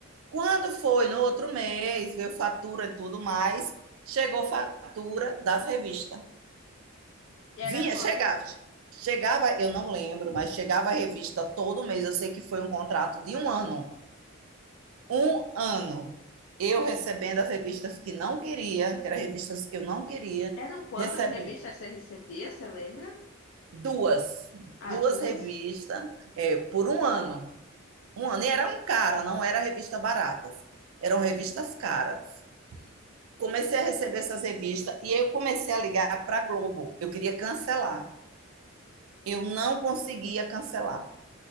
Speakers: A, on the right (about 70°); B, on the left (about 55°).
A: Quando foi no outro mês, veio fatura e tudo mais, chegou fatura das revistas.
B: Era
A: Vinha,
B: quanto?
A: chegava. Chegava, eu não lembro, mas chegava a revista todo mês. Eu sei que foi um contrato de um ano. Um ano. Eu recebendo as revistas que não queria, que eram revistas que eu não queria,
B: Eram quantas
A: recebendo
B: revistas você recebia, você lembra?
A: duas,
B: Ah,
A: duas
B: duas?
A: revistas é, por um ano. Um ano. E era um cara, não era revista baratas. Eram revistas caras. comecei a receber essas revistas e eu comecei a ligar para a Globo. Eu queria cancelar. Eu não conseguia cancelar.